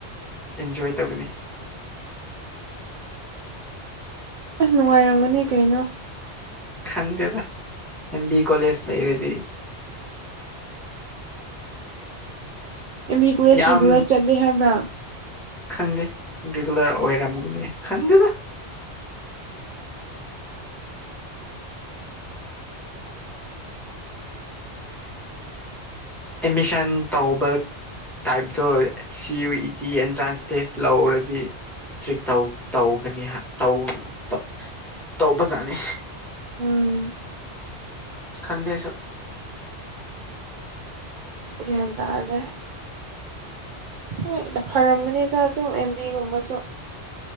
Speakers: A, in the centre; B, on the right.
A: ꯑꯦꯟꯖꯣꯏ ꯇꯧꯒꯅꯤ
B: ꯑꯁ ꯅꯨꯡꯉꯥꯏꯔꯝꯒꯅꯤ ꯀꯩꯅꯣ
A: ꯈꯪꯗꯦꯗ ꯑꯦꯝ ꯕꯤ ꯀꯣꯂꯦꯖ ꯂꯩꯔꯗꯤ <inaudible>
B: ꯑꯦ ꯕꯤ ꯀꯣꯂꯦꯖ
A: ꯌꯥꯝ
B: ꯔꯤꯒꯨꯂꯔ ꯆꯠꯂꯤ ꯍꯥꯏꯕ꯭ꯔꯥ
A: ꯈꯪꯗꯦ ꯔꯤꯒꯨꯂꯔ ꯑꯣꯏꯔꯝꯒꯅꯤ ꯈꯪꯗꯦꯗ ꯑꯦꯠꯃꯤꯁꯟ ꯇꯧꯕ ꯇꯥꯏꯞꯇꯣ C U E T entrance test ꯂꯧꯔꯗꯤ ꯏꯁꯇ꯭ꯔꯤꯛ ꯇꯧ ꯇꯧꯒꯅꯤ ꯇꯧ ꯇꯧ ꯇꯧꯕꯖꯥꯠꯅꯦ
B: ꯎꯝ
A: ꯈꯪꯗꯦ ꯑꯩꯁꯨ
B: ꯒꯌꯥꯟ ꯇꯥꯗꯦ ꯍꯣꯏ ꯐꯔꯝꯒꯅꯤꯗ ꯑꯗꯨ ꯑꯦꯝ ꯕꯤ ꯑꯦꯒꯨꯝꯕꯁꯨ